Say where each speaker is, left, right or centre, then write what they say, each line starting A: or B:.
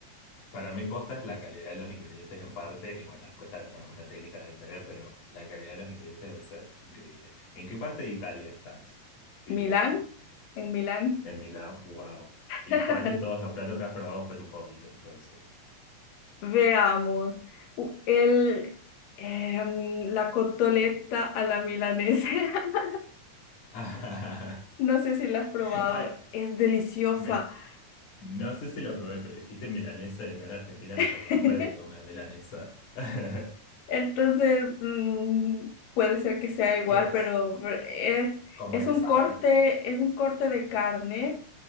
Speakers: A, on the left; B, on the left.
A: Para mí posta es la calidad de los ingredientes en parte, y bueno, después la- bueno, alguna técnica debe tener, pero la calidad de los ingredientes debe ser increíble. ¿En qué parte de Italia estás
B: <laughs>
A: viviendo?
B: Milán, en Milán,
A: En Milán, wow.
B: <laughs>
A: ¿Y cuál de todos los platos que has probado fue tu favorito entonces?
B: veamos, u- el, em, la cotoleta a la milanesa, <laughs>
A: <laughs>
B: no sé si la has probado,
A: Ay,
B: es deliciosa.
A: me- no sé si lo probé, pero dijiste milanesa y acá en Argentina
B: <laughs>
A: somos re de comer milanesa. <laughs>
B: Entonces, mm, puede ser que sea igual,
A: ¿Qué es?
B: pero es,
A: ¿Cómo
B: es
A: es?
B: un
A: A
B: corte,
A: ver.
B: es un corte de carne.